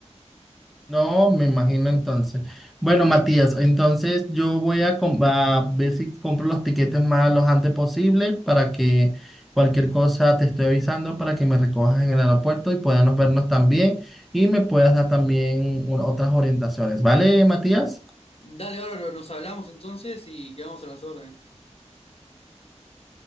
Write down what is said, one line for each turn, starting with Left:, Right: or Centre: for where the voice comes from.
Centre: No, me imagino entonces. Bueno, Matías, entonces yo voy a, com- a ver si compro los tiquetes más lo antes posible para que cualquier cosa te estoy avisando para que me recojas en el aeropuerto y podamos vernos también y me puedas dar también u- otras orientaciones. ¿Vale, Matías?
Left: Dale, bárbaro, nos hablamos entonces y quedamos a las órdenes.